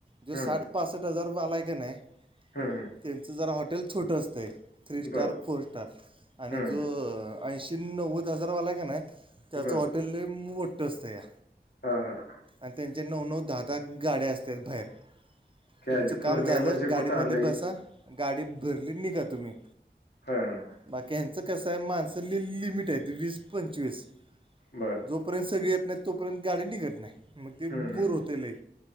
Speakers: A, on the right (about 30°); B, on the left (about 75°).
A: जो
B: हम्म
A: साठ पासष्ट हजार रु वालाय का नाही
B: हम्म
A: त्यांचं जरा हॉटेल छोटं असतंय, थ्री स्टार,
B: बर
A: फोर स्टार आणि
B: हम्म
A: जो ऐंशी नव्वद हजारवालाय का नाही, त्याचं
B: बर
A: हॉटेल लय मोठ्ठ असतंया.
B: हा हा
A: अन त्यांच्या नऊ, नऊ, दहा, दहा गाड्या असत्यात भायेर.
B: कॅलिफोर्निया
A: तुमचं काम झालं,
B: म्हणजे
A: गाडीमध्ये
B: कुठं आलंय
A: बसा, गाडी भरली अन निघा तुम्ही.
B: हं हं हं.
A: बाकी ह्यांचं कसं हाये माणसं लिमिट हाये वीस पंचवीस.
B: बरं.
A: जोपर्यंत सगळी येत नाहीत तोपर्यंत गाडी निघत नाही म ते
B: हम्म
A: बूर
B: हम्म
A: होते लई.